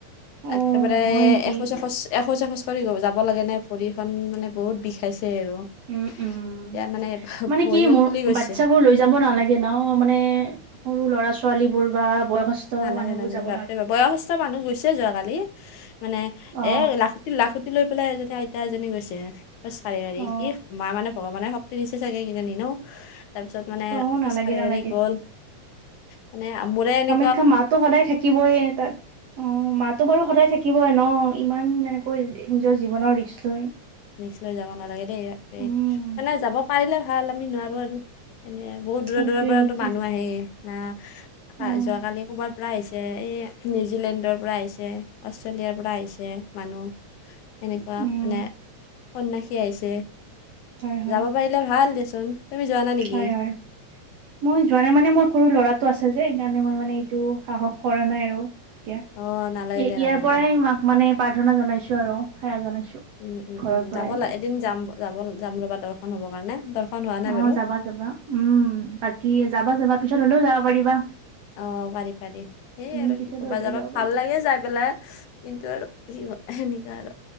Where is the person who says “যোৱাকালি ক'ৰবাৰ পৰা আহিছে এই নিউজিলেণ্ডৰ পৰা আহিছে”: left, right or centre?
Left